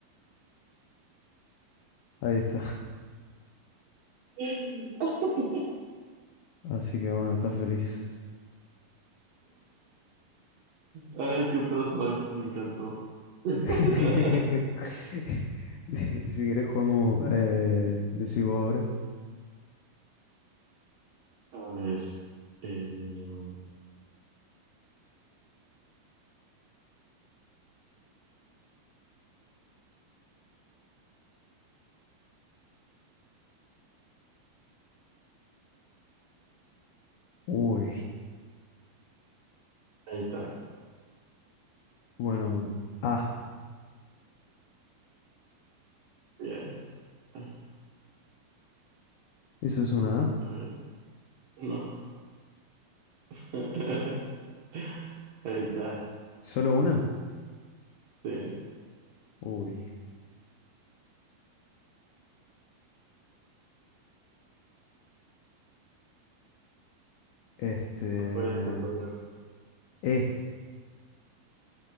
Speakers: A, on the left; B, on the right.
A: ahí está.
B: <laughs>
A: Así que bueno, está feliz.
B: Ay, qué pro soy, me encantó. <laughs>
A: <laughs> Si querés jugamos, eh, decís vos ahora.
B: A ver, eh,
A: Uy.
B: ahí está.
A: Bueno, A.
B: Sí, ahí. Ay,
A: ¿Eso es una A?
B: a ver, no. <laughs> Ahí está,
A: ¿Solo una?
B: sí.
A: Uy. Este.
B: No puede, no puede,
A: E.